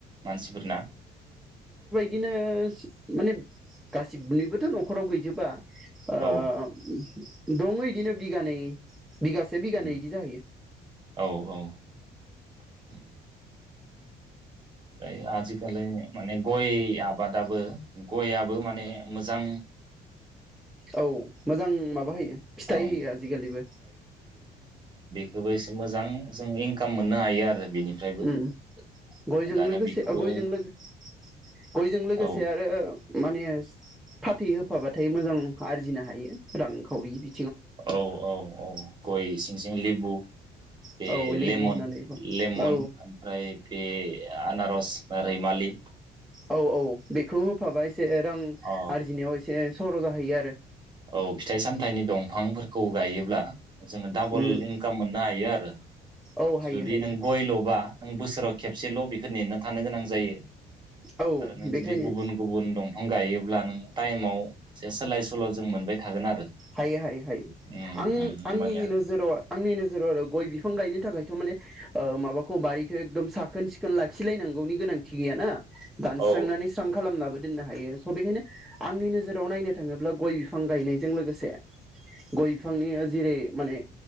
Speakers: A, on the right; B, in the centre.
A: मानसिफोरना
B: दिनो माने गासिबनिबोथ' न'खराव गैजोबा। ओ
A: औ
B: उमहु दङो इदिनो बिगानै बिगासे बिगानै
A: औ
B: इदि जाहैयो।
A: औ औ <inaudible> फ्राय आजिखालि माने गय आब बादाबो गयआबो माने मोजां।
B: औ मोजां माबा होयो फिथाइ
A: ओं
B: होयो आजिखालिबो
A: जोबो एसे मोजां जों इंकाम मोननो हायो आरो। बेनिफ्रायबो
B: उम गय जों
A: दानिया
B: लोगोसे
A: बेखौबो
B: ओ बयजों लोगो। गयजों लोगोसे
A: औ
B: आरो। माने फाथै होफाबाथाय मोजां आरजिनो हायो रांखावरि बि
A: औ औ औ गयस सिं सिं लेबु बे
B: औ लेबु
A: लेमन
B: होनानै औ
A: लेमन ओमफ्राय बे आनारस बा रैमालि
B: औ औ बेखौ होफाबा एसे रां
A: अ
B: आरजिनायाव एसे सर' जाहैयो आरो।
A: औ फिथाइ सामथायाइनि दंफांफोरखौ गायोब्ला। जोङो डाबल
B: उम
A: इंकाम मोननो हायो आरो
B: औ हायो
A: जुदि
B: हायो
A: नों गय ल'बा आं बोसोराव खेबसेल' बेखो नेना थानो गोनां जायो।
B: औ
A: आरो नों
B: बेखायनो
A: जुदि गुबुन गुबुन दं। फां गायोब्ला नों टाइमाव एसे सोलाय सोल' जों मोनबाय थागोन आरो।
B: हायो हायो हायो
A: उम
B: आं
A: उम होमबानिया
B: आंनि नोजोराव आंनि नोजोराव आरो गय बिफ फां गायनो थाखायथ' माने ओ माबाखौ बारिखो एकदम साखोन सिखोन लाखिलायनांगौनि गोनांथि गैयाना। दानस्रांनानै
A: औ
B: स्रां खालामनाबो। दोननो हायो स' बेखायनो आंनि नोजोराव नायनो थाङोब्ला गय बिफां गायनायजों लोगोस से गय बिफांनि जेरै माने